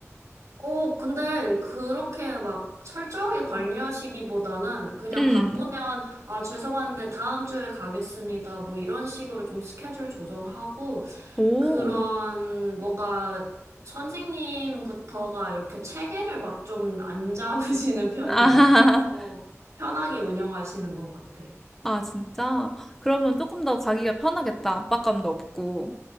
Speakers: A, on the right (about 80°); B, in the centre.
A: 어, 근데 그렇게 막 철저하게 관리하시기보다는 그냥
B: 응
A: 바쁘면, 아, 죄송한데 다음 주에 가겠습니다. 뭐 이런 식으로 좀 스케줄 조정하고,
B: 오.
A: 그런
B: 아,
A: 뭔가 선생님부터가 이렇게 체계를 막 좀 안 <laughs> 잡으시는 편이야.
B: <laughs>
A: 어, 편하게 운영하시는 것 같아.
B: 아, 진짜? 그러면 조금 더 가기가 편하겠다. 압박감도 없고.